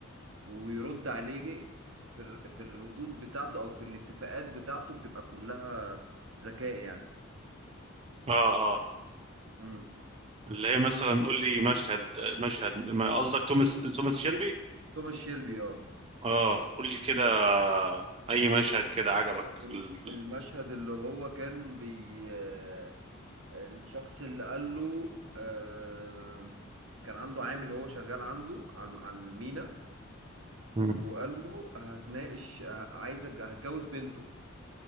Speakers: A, on the right; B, on the right.
A: ويرد عليه في الر- في الردود بتاعته او في الاتفاقات بتاعته بتبقى كلها ذكاء يعني
B: اه اه
A: امم
B: اللي هي مثلا قول لي مشهد مشهد ما قصدك توماس توماس شيلبي
A: توماس شيلبي اه
B: اه قول لي كده اي
A: يعني
B: مشهد
A: ب- ال-
B: كده عجبك في
A: ال-
B: ال... في ال-
A: المشهد اللي هو كان بي آه، الشخص اللي قال له آه، كان عنده عامل هو شغال عنده على على المينا
B: مم.
A: وقال له هتناقش آه، عايز أتج- هتجوز بنته